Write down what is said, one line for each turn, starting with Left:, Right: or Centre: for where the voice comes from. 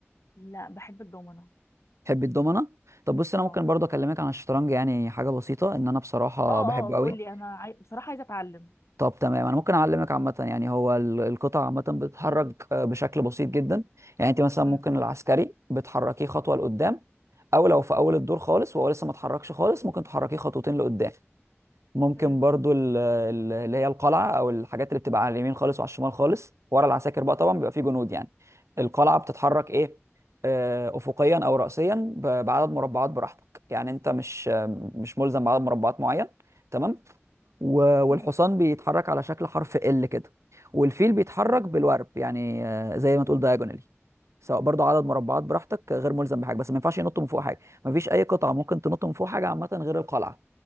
Left: لا بحب الدومنة
Right: تحبي الدومنة؟ طب بص أنا
Left: اه
Right: ممكن برضو أكلمك عن الشطرنج يعني حاجة بسيطة إن أنا بصراحة
Left: اه اه
Right: بحبه
Left: اه
Right: قوي
Left: قول طب لي انا عاي... بصراحة عايزة اتعلم
Right: طب تمام أنا ممكن أعلمك عامة يعني هو ال- القطع عامة بتتحرك آه، بشكل بسيط جدا يعني أنت مثلا
Left: امم
Right: ممكن العسكري بتحركيه خطوة لقدام أو لو في أول الدور خالص وهو لسه ما اتحركش خالص ممكن تحركيه خطوتين لقدام ممكن
Left: امم
Right: برضو ال- ال- اللي هي القلعه او الحاجات اللي بتبقى على اليمين خالص وعلى الشمال خالص ورا العساكر بقى طبعا بيبقى فيه جنود يعني القلعه بتتحرك ايه آه، افقيا او راسيا ب- بعدد مربعات براحتك يعني انت مش مش ملزم بعدد مربعات معين تمام و- والحصان
Left: امم
Right: بيتحرك على شكل حرف ال كده والفيل بيتحرك بالورب يعني آه، زي ما تقول دايجونالي سواء برضو عدد مربعات براحتك غير ملزم بحاجه بس ما ينفعش ينط من فوق حاجه ما فيش اي قطعه ممكن تنط من فوق حاجه عامه غير القلعه